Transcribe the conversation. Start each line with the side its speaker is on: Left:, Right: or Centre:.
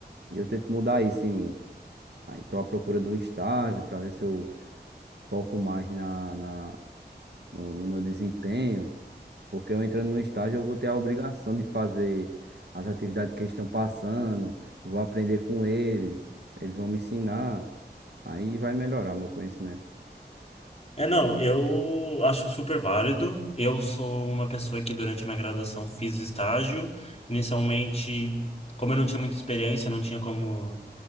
Right: e eu tento mudar isso em mim. Aí estou à procura do estágio para ver se eu foco mais na, na, no, no meu desempenho, porque eu entrando no estágio eu vou ter a obrigação de fazer as atividades que eles estão passando, vou aprender com eles, eles vão me ensinar, aí vai melhorar meu conhecimento.
Left: É, não, eu acho super válido. Eu sou uma pessoa que durante a minha graduação fiz estágio. Inicialmente, como eu não tinha muita experiência, não tinha como